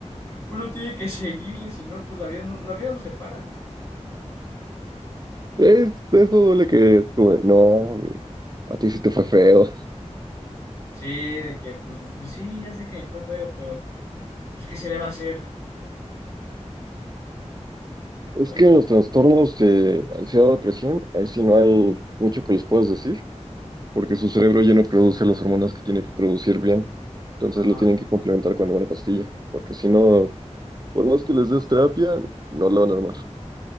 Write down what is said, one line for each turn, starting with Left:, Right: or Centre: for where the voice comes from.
Left: uno tiene que seguirle, si no, pues la vida no, la vida no se para.
Right: Es, eso duele que es como, no, güey, a ti sí te fue feo.
Left: Sí, de que, pues, pues, pues sí, ya sé que me fue feo, pero, pues, ¿qué se le va a hacer?
Right: Es
Left: Ay,
Right: que en
Left: co-
Right: los trastornos de ansiedad o depresión, ahí sí no hay mucho que les puedas decir, porque su cerebro ya no produce las hormonas que tiene que producir bien. Entonces
Left: Ajá.
Right: lo tienen que complementar con alguna pastilla, porque si no, por más que les des terapia, no la van a armar.